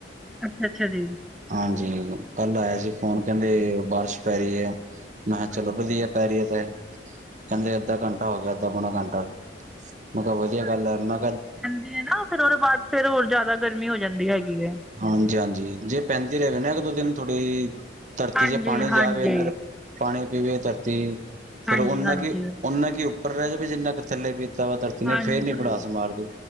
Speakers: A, in the centre; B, on the right.
A: ਅੱਛਾ-ਅੱਛਾ ਜੀ
B: ਹਾਂਜੀ ਕੱਲ ਆਇਆ ਸੀ ਫੋਨ, ਕਹਿੰਦੇ ਬਾਰਿਸ਼ ਪੈ ਰਹੀ ਹੈ ਮੈਂ ਕਿਹਾ ਚਲੋ
A: ਅੱਛਾ
B: ਵਧੀਆ ਪੈ ਰਹੀ ਹੈ ਤੇ ਕਹਿੰਦੇ ਅੱਧਾ ਘੰਟਾ ਹੋ ਗਿਆ ਅੱਧਾ ਪੌਣਾ ਘੰਟਾ ਮੈੰ ਕਿਹਾ ਵਧੀਆ ਗੱਲ ਮੈਂ
A: ਤੇ ਨਾ ਫਿਰ ਉਹਦੇ ਬਾਅਦ ਫੇਰ ਹੋਰ ਜ਼ਿਆਦਾ ਗਰਮੀ ਹੋ ਜਾਂਦੀ ਹੈਗੀ ਹੈ
B: ਹਾਂਜੀ -ਹਾਂਜੀ ਜੇ ਪੈਂਦੀ ਰਹੇ ਨਾ, ਇੱਕ ਦੋ ਦਿਨ ਥੋੜ੍ਹੀ ਧਰਤੀ
A: ਹਾਂਜੀ
B: ਜੇ ਪਾਣੀ
A: ਹਾਂਜੀ
B: ਜਾਵੇ ਅੰਦਰ ਪਾਣੀ ਪੀਵੇ ਧਰਤੀ ਫਿਰ
A: ਹਾਂਜੀ
B: ਉਨਾ
A: ਹਾਂਜੀ
B: ਕਿ ਓਨਾ ਕੀ ਉੱਪਰ ਰਹਿ ਜਾਵੇ ਜਿੰਨਾ ਕੁ ਥੱਲੇ ਪੀ ਵਾ ਧਰਤੀ ਨੇ
A: ਹਾਂਜੀ
B: ਫੇਰ ਨੀ ਭੜਾਸ ਮਾਰਦੀ